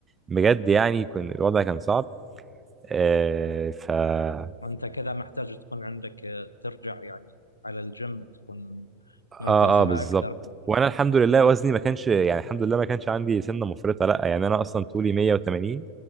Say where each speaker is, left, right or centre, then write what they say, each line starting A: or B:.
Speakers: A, on the right; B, on the left.
A: بجد يعني كان الوضع كان صعب آه ف اه
B: أنت كذا محتاج تكون عندك آه، ترجع يعني على الجيم تكون ملتزمة
A: اه بالظبط
B: أكثر بالجيم
A: وانا الحمد لله وزني ما كانش يعني الحمد لله ما كانش عندي سنة مفرطة لا يعني انا اصلا طولي 180